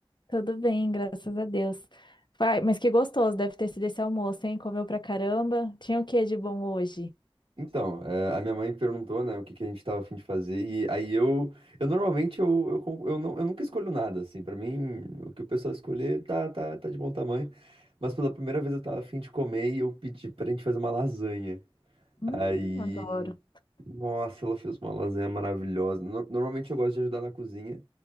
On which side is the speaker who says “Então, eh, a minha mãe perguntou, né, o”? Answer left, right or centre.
Right